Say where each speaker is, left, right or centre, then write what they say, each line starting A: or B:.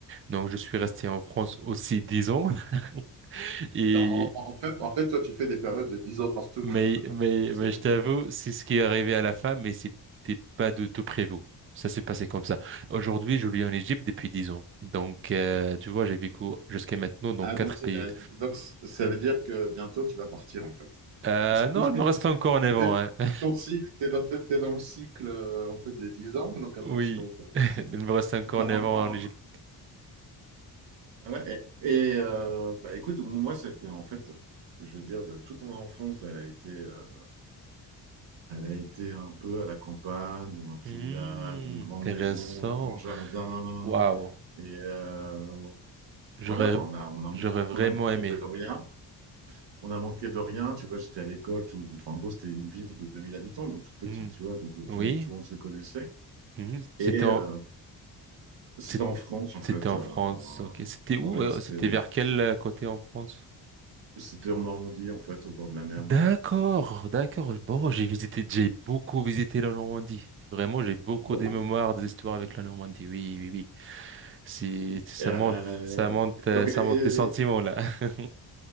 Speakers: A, on the right; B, on the right.
A: Donc, je suis resté en France aussi 10 ans. <laughs> Et
B: Attends, en, en fait, en fait, toi, tu fais des périodes de 10 ans partout,
A: Mais,
B: quoi.
A: mais,
B: <laughs>
A: mais je t'avoue, c'est ce qui est arrivé à la fin, mais c'était pas du tout prévu. Ça s'est passé comme ça. Aujourd'hui, je vis en Égypte depuis 10 ans. Donc, euh, tu vois, j'ai vécu jusqu'à maintenant dans
B: Ah,
A: quatre
B: donc,
A: pays.
B: euh, donc, ça veut dire que bientôt, tu vas partir, en fait.
A: Euh,
B: Parce que
A: non,
B: <laughs>
A: il me reste encore 9 ans,
B: t'es-
A: hein. <laughs>
B: ton cycle, t'es dans, t'es dans le cycle, euh, en fait, des 10 ans, donc attention,
A: Oui,
B: quoi.
A: <laughs> il me reste encore
B: Bah,
A: 9
B: en-
A: ans
B: en-
A: en Égypte.
B: en- ouais, et et, euh, bah, écoute, moi, c'était en fait, je veux dire, de toute mon enfance, elle a été, euh, elle a été un peu à la campagne, dans un petit
A: Hmm,
B: village, une grande
A: intéressant.
B: maison, un grand jardin.
A: Waouh.
B: Et, euh,
A: J'aurais,
B: Voilà, enfin, on a, on a,
A: j'aurais vraiment
B: on a manqué
A: aimé.
B: de rien. On a manqué de rien. Tu vois, j'étais à l'école. Tout, enfin, en gros, c'était une ville de 2000 habitants, donc toute petite,
A: Hmm.
B: tu vois. Donc, euh, tout
A: Oui.
B: le monde, tout le monde se connaissait.
A: Hmm. C'était
B: Et
A: en,
B: euh, c'était
A: c'est-
B: en France, en
A: c'était
B: fait.
A: en
B: euh,
A: France. Ok. C'était où?
B: ouais,
A: euh,
B: c'était,
A: C'était vers quel euh, côté en France?
B: c'était en Normandie, en fait, au bord de la mer.
A: D'accord, d'accord. Bon, j'ai visité, j'ai beaucoup visité la Normandie. Vraiment, j'ai beaucoup
B: Ah bon?
A: des mémoires, des histoires avec la Normandie. Oui, oui, oui. C'est, ça
B: Et, euh,
A: monte, ça monte,
B: donc,
A: euh, ça
B: et,
A: monte les sentiments
B: et-
A: là. <laughs>